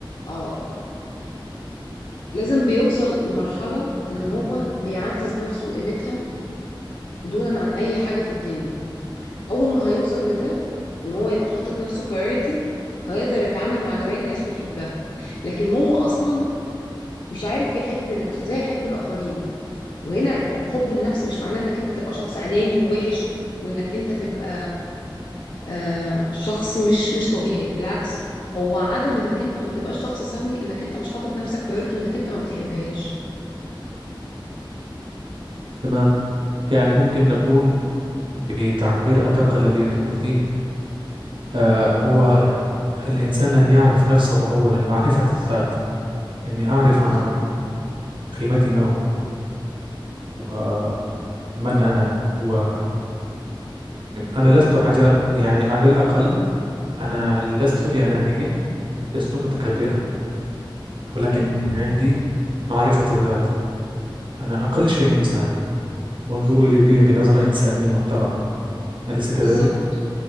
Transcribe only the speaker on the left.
اه لازم بيوصل لمرحله ان
هو بيعزز نفسه وقيمتها دونا عن اي حاجه في الدنيا اول ما هيوصل لده وان هو يبقى حاطط نفسه priority هيقدر يتعامل مع جميع الناس ويحبها لكن هو اصلا مش عارف يحب نفسه زي يحب الاخرين وهنا الحب النفس مش معناه انك انت تبقى شخص اناني ووحش وانك انت تبقى آه، شخص مش مش طبيعي بالعكس هو عدم انك انت ما تبقاش شخص سوي انك انت مش حاطط نفسك بايورتي وانك انت ما بتحبهاش
بالظبط
بالظبط